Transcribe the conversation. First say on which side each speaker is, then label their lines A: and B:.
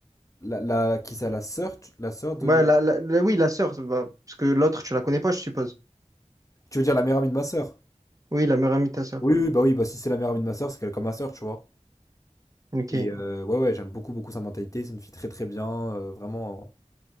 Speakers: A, on the left (about 25°); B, on the right (about 30°).
A: La, la, qui ça, la sœur, tu- la sœur de.
B: Ouais, la, la- la- oui, la sœur, bah, parce que l'autre, tu la connais pas, je suppose.
A: Tu veux dire la meilleure amie de ma sœur?
B: Oui, la meilleure amie de ta sœur.
A: Oui, oui, bah oui, bah si c'est la meilleure amie de ma sœur, c'est qu'elle est comme ma sœur, tu vois.
B: Ok.
A: Et
B: Et
A: euh, ouais, ouais, j'aime beaucoup, beaucoup sa mentalité. C'est une fille très, très bien. euh, vraiment,